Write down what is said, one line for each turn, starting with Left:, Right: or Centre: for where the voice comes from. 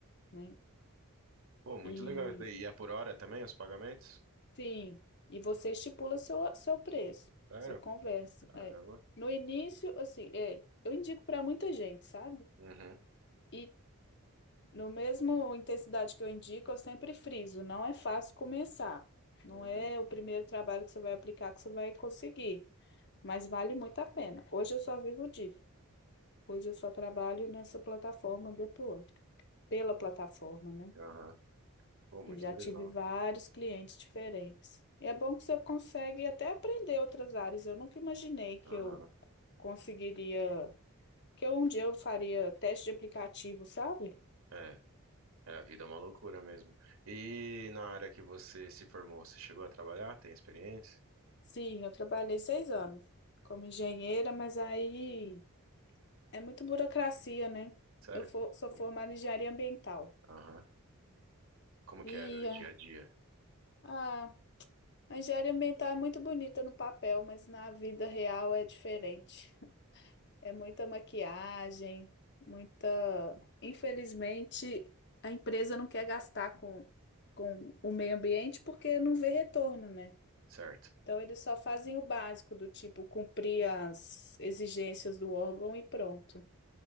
Left: né?
Right: Pô, muito
Left: E
Right: legal isso daí. E é por hora também os pagamentos?
Left: sim, e você estipula seu, seu preço,
Right: Sério?
Left: você conversa.
Right: Caramba.
Left: É. No início, assim, é, eu indico para muita gente, sabe?
Right: Uhum,
Left: E no mesmo intensidade que eu indico, eu sempre friso, não é fácil começar. Não
Right: uhum,
Left: é o primeiro trabalho que você vai aplicar que você vai conseguir. mas vale muito a pena. Hoje eu só vivo disso. Hoje eu só trabalho nessa plataforma do Upwork, pela plataforma, né?
Right: aham. Pô, muito
Left: E já
Right: legal.
Left: tive vários clientes diferentes. E é bom que você consegue até aprender outras áreas. Eu nunca imaginei que
Right: Aham.
Left: eu conseguiria, que eu, um dia eu faria teste de aplicativo, sabe?
Right: É, é, a vida é uma loucura mesmo. E na área que você se formou, você chegou a trabalhar? Tem experiência?
Left: Sim, eu trabalhei seis anos como engenheira, mas aí é muito burocracia, né?
Right: Sério?
Left: Eu fo- sou formada
Right: Hum,
Left: em engenharia ambiental.
Right: Aham. Como que
Left: E
Right: era o dia a dia?
Left: ah, A engenharia ambiental é muito bonita no papel, mas na vida real é diferente. É muita maquiagem, muita. Infelizmente, a empresa não quer gastar com, com o meio ambiente porque não vê retorno, né?
Right: Certo.
Left: Então, eles só fazem o básico, do tipo cumprir as exigências do órgão e pronto.